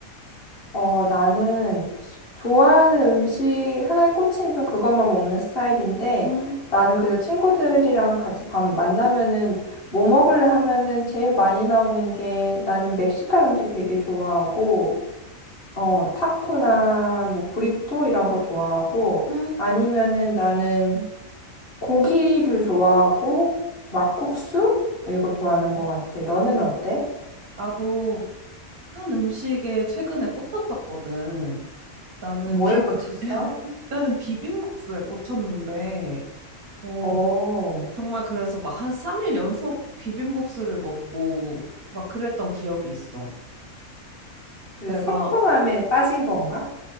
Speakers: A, on the left; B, on the right.
A: 어, 나는 좋아하는 음식, 하나에 꽂히면 좀 그것만 먹는 스타일인데,
B: 음,
A: 나는 그래서 친구들이랑 같이 밥 만나면은 뭐 먹을래 하면은 제일 많이 나오는 게 나는 멕시칸 음식 되게 좋아하고, 어, 타코나 뭐 브리또 이런 거 좋아하고,
B: 음.
A: 아니면은 나는 고기류 좋아하고, 막국수?
B: 음.
A: 이거 좋아하는 것 같아. 너는 어때?
B: 나도 한 음식에 최근에 꽂혔었거든. 나는
A: 뭐에
B: 비,
A: 꽂혔어?
B: <laughs> 나는 비빔국수에 꽂혔는데, 어,
A: 어.
B: 정말 그래서 막 한 3일 연속 비빔국수를 먹고 막 그랬던 기억이 있어.
A: 그
B: 내가
A: 새콤함에 빠진 건가?